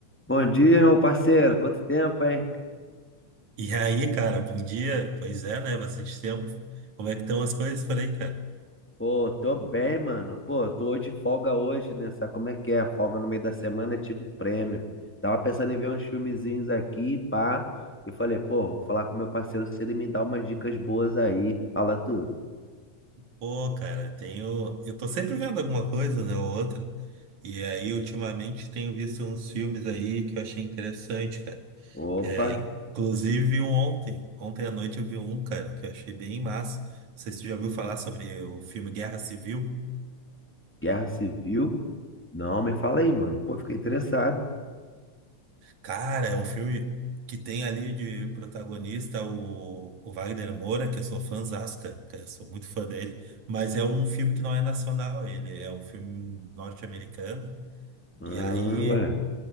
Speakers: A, in the centre; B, on the right.
A: Bom dia, meu parceiro. Quanto tempo, hein?
B: E aí, cara, bom dia. Pois é, né? Bastante tempo. Como é que estão as coisas por aí, cara?
A: Pô, tô bem, mano. Pô, tô hoje de folga hoje, né? Sabe como é que é? Folga no meio da semana é tipo prêmio. Tava pensando em ver uns filmezinhos aqui, pá. Eu falei, pô, vou falar com meu parceiro se ele me dá umas dicas boas aí. Fala tu.
B: Pô, cara, tenho. Eu tô sempre vendo alguma coisa, né? Ou outra. E aí, ultimamente, tenho visto uns filmes aí que eu achei interessante, cara.
A: Opa,
B: É, inclusive um ontem. Ontem à noite eu vi um, cara, que eu achei bem massa. Não sei se tu já ouviu falar sobre o filme Guerra Civil.
A: Guerra Civil? Não, me fala aí, mano. Pô, fiquei interessado.
B: Cara, é um filme que tem ali de protagonista o, o Wagner Moura, que eu sou fãzaço, cara, cara, eu sou muito fã dele, mas é um filme que não é nacional, ele é um filme norte-americano.
A: Ah,
B: E aí,
A: ué.